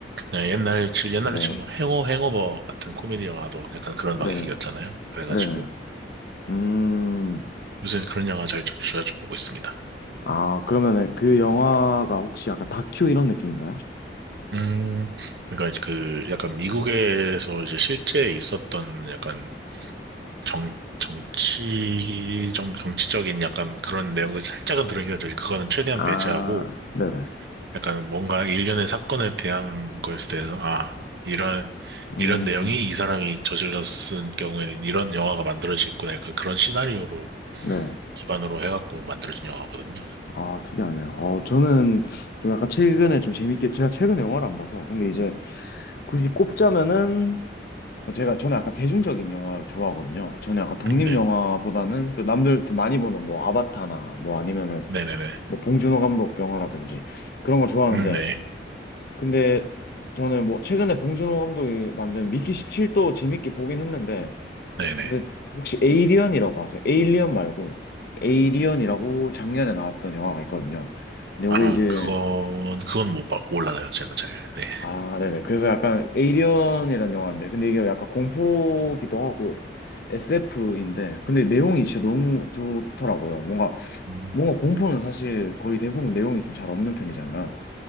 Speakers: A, on the right; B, on the left.
A: 네, 옛날에, 치- 옛날에
B: 네.
A: 치면 뭐 행어, 행어버 같은 코미디 영화도 약간 그런
B: 네네.
A: 방식이었잖아요. 그래가지고
B: 네네. 음,
A: 요새는 그런 영화 잘쭉 자주 보고 있습니다.
B: 아, 그러면은 그 영화가 혹시 약간 다큐 이런 느낌인가요?
A: 음, 그러니까 그 약간 미국에서 이제 실제 있었던 약간 정, 정치, 정, 정치적인 약간 그런 내용들 살짝은 들어있긴 하지 그거는 최대한
B: 아,
A: 배제하고
B: 네네.
A: 약간 뭔가 일련의 사건에 대한 거에 대해서, 아, 이런,
B: 음,
A: 이런 내용이 이 사람이 저질렀을 경우에는 이런 영화가 만들어지겠구나. 약간 그런 시나리오로
B: 네.
A: 기반으로 해갖고 만들어진 영화거든요.
B: 아, 특이하네요. 어, 저는 좀 약간 최근에 좀 재밌게, 제가 최근에 영화를 안 봐서, 근데 이제 굳이 꼽자면은 제가 저는 약간 대중적인 영화를 좋아하거든요. 저는 약간 독립
A: 음, 네, 음.
B: 영화보다는 그 남들 좀 많이 보는 뭐 아바타나 뭐 아니면은
A: 네네네.
B: 뭐 봉준호 감독 영화라든지 그런 걸 좋아하는데
A: 음, 네.
B: 근데 저는 뭐 최근에 봉준호 감독이 만든 미키 17도 재밌게 보긴 했는데
A: 네네.
B: 근데 혹시 에이리언이라고 아세요? 에일리언 말고 에이리언이라고 작년에 나왔던 영화가 있거든요. 근데 요게
A: 아,
B: 이제
A: 그건, 그건 못, 봐- 몰라요. 제가 잘. 네.
B: 아, 네네. 그래서 약간 에이리언이라는 영화인데, 근데 이게 약간 공포기도 하고 SF인데, 근데 내용이 진짜 너무 좋더라고요. 뭔가
A: 음.
B: 뭔가 공포는 사실 거의 대부분 내용이 좀 잘 없는 편이잖아요.